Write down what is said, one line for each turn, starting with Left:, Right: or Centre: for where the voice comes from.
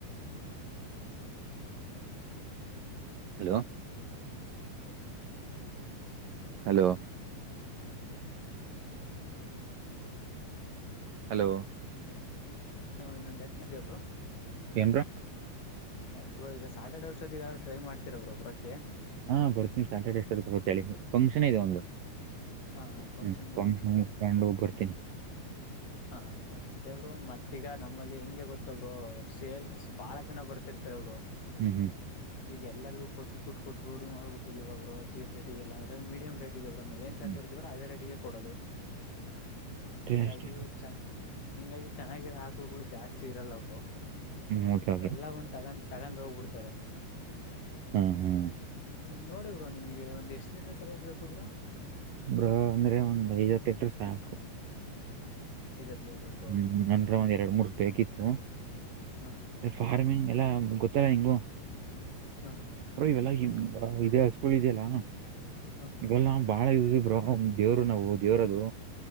Right: ಹಲೋ ಹಲೋ ಹಲೋ
Left: ಹ ಇನ್ನೊಂದು ನೆಟ್ ಇದಿಯಾ ಬ್ರೋ
Right: ಎನ ಬ್ರೋ
Left: ಬ್ರೋ ಈಗ ಸಾ್ಯಾಟರ್ಡೆ ವಷ್ಟೊತ್ತಗ ಟ್ರೈ ಮಾಡ್ತಿರಬ್್ರರು ಒಬ್ರಕ್ಕೆ
Right: ಹಾ ಬರ್ತೀನಿ ಸ್ಯಾಟರ್ಡೆ ಎಷ್ಟ ಗತೇಳ ಹೇಳಿ ಫಂಕ್ಷನ್ ಇದೆ ಒಂದು
Left: ಹಾ ಹಾ ಫಂಕ್ಷನ್
Right: ಹ್ಮ್ ಕಕೊಂಡು ಹೋಗ ಬರ್ತೀನಿ
Left: ಹ ಬ್ರೋ ಅದೇ ಬ್ರೋ ಮತ್ತೀಗ ನಮ್ಮಲ್ಲಿ ಇ ಹೆಂಗೆ ಗೊತ್ತ ಬ್ರೋ ಸೇಲ್ಸ್ ಬಹಳ ಜನ ಬರ್ತಿರ್ತಾರ ಅವಬ್ರು
Right: ಹ್ಮ್ ಹ್ಮ್
Left: ಈಗ ಎಲ್ಲರಿಗೂ ಕೊಟ್ಟ ಕೊಟ್ಟು ಕೊಟ್ಟ ರೂಡಿ ಮಾಡಿಬಿಟ್ಟಿದ್ವಾಗರು ಚೀಫ ರೇಟಿಗೆ ಎಲ್ಲ ಅ್ರೆೀಡಿಯಂ ರೇಟ್ ನ ಏನ್
Right: ಹ್ಮ್
Left: ತಂದ ಇರ್ತೀವ್ರ ಅದೇ ರೇಟಿಗೆ ಕೊಡೋದು
Right: ಬೆಸ್ಟ್
Left: ಹಂಗಾಗಿ ಚ ಹಿಂಗಾಗಿ ಚೆನ್ನಾಗಿರೋ ಹಾಕ್ಲ್ಗಳು ಜಾಸ್ತಿ ಇರಲ್ಲ ಬ್ರೋ
Right: ಹ್ಮ್ ಓಕೆ ಓಕೆ
Left: ಎಲ್ಲ ಒಂದ ತಗ ತಗೊಂಡ್ ಹೋಗ್ಬಿಡ್ತಾರೆ
Right: ಹ್ಮ್ ಹ್ಮ್
Left: ನೋಡಿ ಬ್ರೋ ನಿಮಗೆ ಒಂದ್ ಎಷ್ಟ್ ಲೀಟ್ರ ಕರಯೋಕ ಬೇಕ ಬ್ರೋ
Right: ಬ್ರೋ ಅಂದ್ರೆ ಒಂದ್ ಐವತ್ತೆಟರು ಸಾಕು
Left: <unintelligible> ಬ್ರೋ
Right: ಹ್ಮ್ ನಂದ್ರ ಒಂದ್ ಎರಡ್ ಮೂರ್ೂಪಿಗಿತ್ತು
Left: ಹ
Right: ಫಾರ್ಮಿಂಗ್ ಎಲ್ಲ ಗೊ ಇತ್ತಲ್ಲ ಹಿಂಗು
Left: ಹ
Right: ಅ ಇವೆಲ್ಲ ಇ ಸ್ಕೂಲ್ ಇದೆಯಲ್ಲ
Left: ಹ
Right: ಇವೆಲ್ಲಾ ಬಾಳ ಯೂಸ ಬ್ರೋ ದೇವರು ನಾವು ದೇವ್ರದು